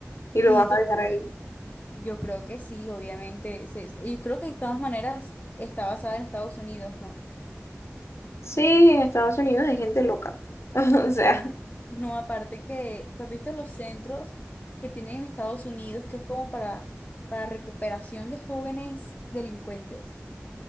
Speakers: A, on the left; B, on the left.
A: y lo
B: Sí,
A: vas
B: total,
A: a dejar ahí.
B: yo, yo creo que sí, obviamente. se- Y creo que de todas maneras está basada en Estados Unidos, ¿no?
A: Sí, en Estados Unidos hay gente loca. <laughs> O sea,
B: No, aparte que, ¿tú has visto los centros que tienen en Estados Unidos que es como para, para recuperación de jóvenes delincuentes?